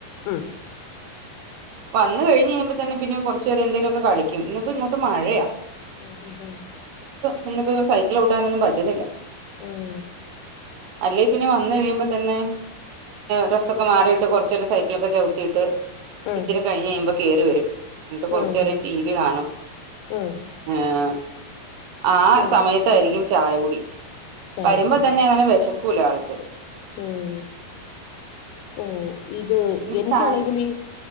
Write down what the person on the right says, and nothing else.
വന്ന് കഴിഞ്ഞു കഴിയുമ്പോതന്നെ കൊറച്ചു നേരം എന്തേലുമൊക്കെ കളിക്കും ഇന്നിപ്പോ ഇങ്ങോട്ട് മഴയാ
പിന്നെ ഇപ്പോ സൈക്കിൾ ചവിട്ടാനൊന്നും പറ്റുന്നില്ല
അല്ലെ പിന്നെ വന്ന് കഴിയുമ്പോ തന്നെ ഡ്രസ്സൊക്കെ മാറിട്ട് കുറച്ച് നേരം സൈക്കിളൊക്കെ ചവിട്ടിയിട്ട്
ഇച്ചിരി കഴിഞ്ഞു കഴിയുമ്പോ കേറി വരും. എന്നിട്ട് കുറച്ചു
നേരം ടി വി കാണും
ഏർ ആ
സമയത്തായിരിക്കും ചായകുടി
വരുമ്പോ
തന്നെ അങ്ങനെ വിശക്കൂല ആൾക്ക്.
എനിക്ക്
ചായക്ക്